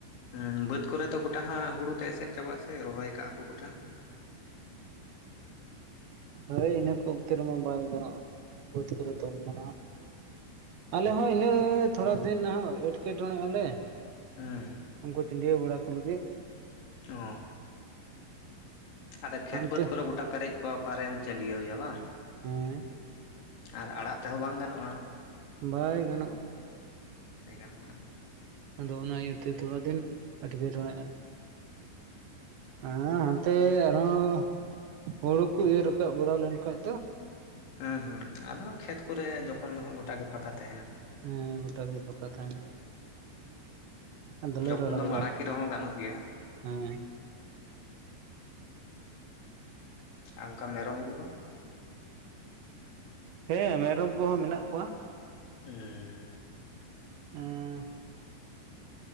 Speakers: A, on the left (about 75°); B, on the right (about 70°).
A: ᱦᱩᱸ ᱵᱟᱹᱫ ᱠᱚᱨᱮ ᱫᱚ ᱜᱚᱴᱟ ᱦᱟᱸ ᱦᱩᱲᱩ ᱛᱮ ᱮᱥᱮᱫ ᱪᱟᱵᱟᱜ ᱥᱮ ᱨᱚᱦᱚᱭ ᱟᱠᱟᱜ-ᱟ ᱠᱚ ᱜᱚᱴᱟ
B: ᱦᱳᱭ ᱤᱱᱟᱹ ᱠᱚ ᱚᱠᱛᱮ ᱨᱮᱢᱟ ᱵᱟᱭ ᱜᱟᱱᱚᱜ-ᱟ ᱵᱟᱹᱫᱽ ᱠᱚᱨᱮ ᱛᱚᱞᱢᱟ ᱱᱟᱦᱟᱜ ᱟᱞᱮ ᱦᱚᱸ ᱤᱱᱟᱹ ᱛᱷᱚᱲᱟ ᱫᱤᱱ ᱱᱟᱦᱟᱜ ᱮᱴᱠᱮ ᱴᱚᱬᱮᱜ ᱟᱞᱮ
A: ᱦᱩᱸ
B: ᱩᱱᱠᱩ ᱪᱟᱹᱰᱤᱭᱟᱹᱣ ᱵᱟᱲᱟ ᱠᱚ ᱞᱟᱹᱜᱤᱛ
A: ᱚᱻ ᱟᱫᱚ ᱠᱷᱮᱛ
B: ᱦᱟᱱᱛᱮ
A: ᱵᱟᱹᱫᱽ ᱠᱚᱨᱮ ᱜᱚᱴᱟ ᱯᱮᱨᱮᱡ ᱠᱚ ᱚᱠᱟᱨᱮᱢ ᱪᱟᱹᱰᱭᱟᱹᱣᱭᱟ ᱵᱟᱝ
B: ᱦᱮᱸ
A: ᱟᱨ ᱟᱲᱟᱜ ᱛᱮᱦᱚᱸ ᱵᱟᱝ ᱜᱟᱱᱚᱜ-ᱟ
B: ᱵᱟᱭ ᱜᱟᱱᱚᱜᱼᱟ
A: ᱵᱟᱭ ᱜᱟᱱᱚᱜᱼᱟ
B: ᱟᱫᱚ ᱚᱱᱟ ᱤᱭᱟᱹᱛᱮ ᱛᱷᱚᱲᱟ ᱫᱤᱱ ᱟᱴᱠᱮᱴᱚᱲᱮᱼᱟ ᱟᱻᱣ ᱦᱟᱱᱛᱮ ᱟᱨᱦᱚᱸ ᱦᱩᱲᱩ ᱠᱚ ᱤᱨ ᱨᱟᱠᱟᱵ ᱵᱟᱲᱟ ᱞᱮᱱ ᱠᱷᱟᱱ ᱫᱚ
A: ᱦᱮᱸ ᱦᱮᱸ ᱟᱫᱚ ᱠᱷᱮᱛ ᱠᱚᱨᱮ ᱡᱚᱠᱷᱚᱱ ᱫᱚ ᱦᱟᱸᱜ ᱜᱚᱴᱟ ᱜᱮ ᱯᱷᱟᱸᱠᱟ ᱛᱟᱦᱮᱱᱟ
B: ᱦᱮᱸ ᱜᱚᱴᱟ ᱜᱮ ᱯᱷᱟᱠᱟ ᱛᱟᱦᱮᱱᱟ ᱟᱫᱚᱞᱮ
A: ᱡᱚᱠᱷᱚᱱ
B: ᱨᱟᱲᱟ
A: ᱫᱚᱢ
B: ᱵᱟᱲᱟ
A: ᱟᱲᱟᱜᱮ
B: ᱠᱚᱣᱟ
A: ᱨᱮᱦᱚᱸ ᱜᱟᱱᱚᱜ ᱜᱮᱭᱟ
B: ᱦᱮᱸ
A: ᱟ ᱚᱱᱠᱟ ᱢᱮᱨᱚᱢ ᱠᱚᱫᱚ
B: ᱦᱮᱸ ᱢᱮᱨᱚᱢ ᱠᱚᱦᱚᱸ ᱢᱮᱱᱟᱜ ᱠᱚᱣᱟ
A: <unintelligible>
B: ᱚᱸᱻ